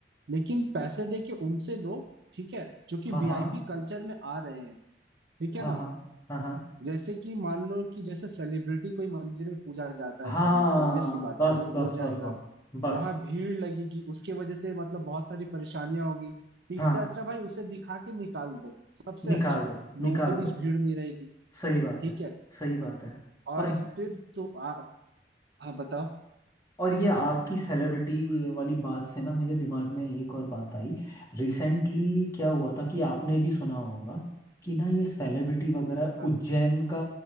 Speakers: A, on the right; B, on the left.
A: लेकिन पैसे दे के उनसे लो ठीक है जो कि
B: हाँ
A: वीआईपी
B: हाँ
A: कल्चर में आ रहे हैं ठीक है
B: हाँ
A: ना
B: हाँ हाँ हाँ
A: जैसे कि मान लो कि जैसे सेलिब्रिटी कोई मंदिर में पूजा जाता
B: हाँ
A: है करने ऑब्वियस सी बात
B: बस
A: है अगर
B: बस
A: वो जाएगा
B: बस बस बस
A: वहां भीड़ लगेगी उसके वजह से मतलब बहुत सारी परेशानियां होगी तो इससे
B: हाँ
A: अच्छा भाई उसे दिखा के निकाल दो सबसे
B: निकाल
A: अच्छा
B: दो
A: लोगों
B: निकाल
A: के बीच
B: दो
A: भीड़ नहीं रहेगी
B: सही बात
A: ठीक
B: है
A: है
B: सही बात है
A: और
B: और
A: फिर तो आ, हाँ बताओ
B: और ये आपकी सेलिब्रिटी वाली बात से ना मेरे दिमाग में एक और बात आई रिसेंटली क्या हुआ था कि आपने भी सुना होगा कि ना ये सेलिब्रिटी वगैरह
A: हाँ,
B: उज्जैन का